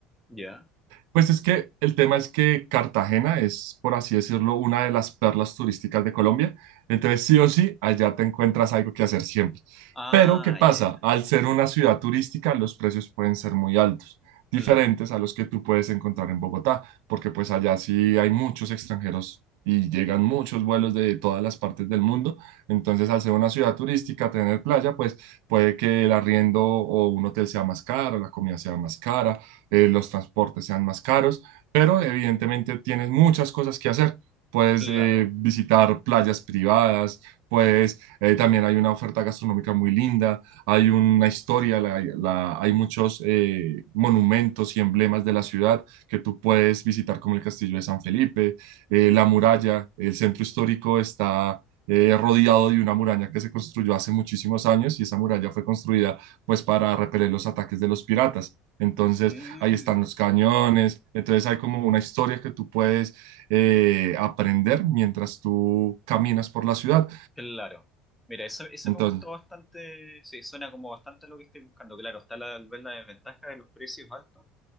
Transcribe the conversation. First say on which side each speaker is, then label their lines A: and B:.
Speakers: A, in the centre; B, on the right (about 75°).
A: ¿Ya?
B: Pues es que el tema es que Cartagena es, por así decirlo, una de las perlas turísticas de Colombia. Entonces, sí o sí, allá te encuentras algo que hacer siempre.
A: Ah,
B: Pero, ¿qué pasa?
A: ya, ya.
B: Al ser una ciudad turística, los precios pueden ser muy altos, diferentes
A: Claro,
B: a los que tú puedes encontrar en Bogotá, porque pues allá sí hay muchos extranjeros y llegan muchos vuelos de todas las partes del mundo. Entonces, al ser una ciudad turística, tener playa, pues puede que el arriendo o un hotel sea más caro, la comida sea más cara eh, los transportes sean más caros, pero evidentemente tienes muchas cosas que hacer. Puedes
A: claro.
B: eh, visitar playas privadas, pues eh, también hay una oferta gastronómica muy linda, hay una historia, la- la- hay muchos eh, monumentos y emblemas de la ciudad que tú puedes visitar, como el Castillo de San Felipe, eh, la muralla, el centro histórico está eh, rodeado de una muralla que se construyó hace muchísimos años y esa muralla fue construida pues para repeler los ataques de los piratas. Entonces,
A: Mm,
B: ahí están los cañones, entonces hay como una historia que tú puedes eh, aprender mientras tú caminas por la ciudad.
A: claro. Mira, eso, eso
B: Entonces,
A: me gustó bastante. Sí, suena como bastante lo que estoy buscando. Claro, está la, ver la desventaja de los precios altos